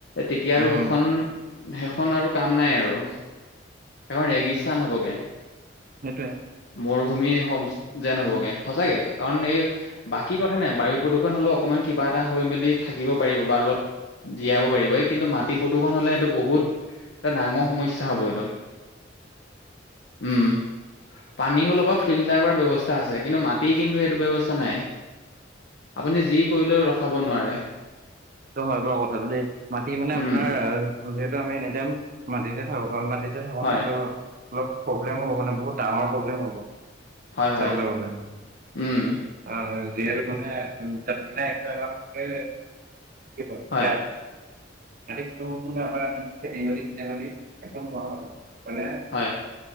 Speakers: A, on the left; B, on the right.
A: তেতিয়া আৰু
B: উম,
A: সেইখন, সেইখন আৰু কাম নাই আৰু। সেইখন ৰেগিস্হান হ'বগৈ।
B: সেইটোৱে।
A: মৰুভূমি হ'ম যেন হ'বগে। সচাকে, কাৰণ এই বাকী কথা নাই বায়ু প্ৰদূষণ হ'লেও অকণমান কিবা এটা হৈ মেলি থাকিব পাৰিব, বা অলপ জীয়াব পাৰিব। এই কিন্তু মাটি প্ৰদূষণ হ'লে এইটো বহুত এটা ডাঙৰ সমস্যা হ'ব এইটো
B: <inaudible>
A: উম। পানী হ'লে বা ফিল্টাৰ কৰাৰ ব্যৱস্থা আছে, কিন্তু মাটিৰ কিন্তু সেইটো ব্যৱস্থা নাই। আপুনি যি কৰিলেও, ৰখাব নোৱাৰে।
B: এইটো হয় বাৰু কথাটো দেই, মাটি মানে
A: উম,
B: আপোনাৰ যিহেতু আমি এনিটাইম মাটিতে থাকো। কাৰণ মাটিত মাটিতে থাকো
A: হয়,
B: ন' ত, অলপ প্ৰব্লেম হ'ব মানে, বহুত ডাঙৰ প্ৰব্লেম হ'ব।
A: হয়, হয়,
B: চাবলৈ গ'লে।
A: উম,
B: অ', যিহেতু মানে <unintelligible>
A: হয়,
B: <unintelligible>
A: হয়।